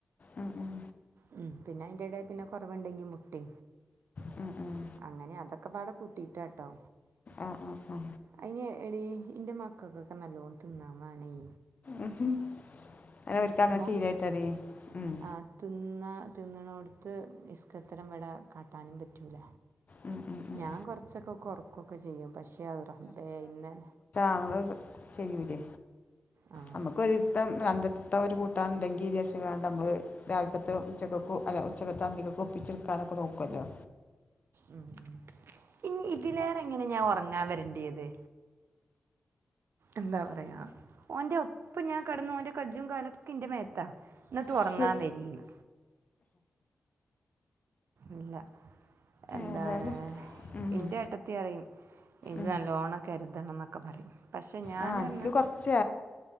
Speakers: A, on the left; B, on the right.
A: ഉ ഉം
B: ഉം പിന്നെ അതിന്റെട പിന്നെ കുറവുണ്ടെങ്കി മുട്ടി
A: മ് മം
B: അങ്ങനെ അതൊക്കെ പാടെ കൂട്ടിട്ടാട്ടോ.
A: ആ ആ ആ.
B: അയിന് എടി ഇന്റെ മക്കൾക്കൊക്കെ നല്ലോണം തിന്നവാണേ.
A: ഉഹ്മ് ഹ് <unintelligible> ഒര്ക്ക് അങ്ങനെ
B: മോൻ
A: ശീലായിട്ടടി
B: തി-
A: ഉം.
B: ആ, തിന്ന തിന്നണോടത്ത് ഇസ്‌ക്കത്തരം വട കാട്ടാനും പറ്റുല.
A: ഉം ഉം. ഉം.
B: ഞാൻ കുറച്ചൊക്കെ കുറക്കൊക്കെ ചെയ്യും പക്ഷെറബേ ഇന്നെ.
A: അങ്ങള ചെയ്യൂലെ.
B: ആ.
A: നമുക്ക് ഒറിസ്തേ രണ്ടത്തത്തെ ഒരു കൂട്ടാണ്ണ്ടെങ്കിവിചാരിച് ങ്ങാണ്ട് നമ്മള് രാവിൽകത്ത് ഉച്ചക്കക്ക് അല്ല ഉച്ചക്ക്ത്ത് അന്തിക്കൊക്കെ ഒപ്പിച്ചെടുക്കാനൊക്കെനോക്കല്ലോ.
B: ഉം ഞ്ഞി ഇതിലേറെ എങ്ങനെ ഞാൻ ഉറങ്ങാൻ വരണ്ടേത്. എന്താ പറയാ ഓന്റെ ഒപ്പം ഞാൻ കടന്ന ഓന്റെ കജ്ജും കാലൊക്കെ ഇന്റെ മേത്താ. ന്നിട്ട്
A: സ്
B: ഉറങ്ങാൻ വരിന്ന്. ഇല്ല എന്താണ്.
A: ഏതായാലും ഉം,
B: ഇന്റെ ഏട്ടത്തി റിം ഇജ്
A: ഉം.
B: അല്ലോണം കരുതണം ന്നൊക്കെ പറിം. പക്ഷെ ഞാന്
A: ആ എനിക്ക്
B: റഞ്ഞാ
A: കുറച്ച്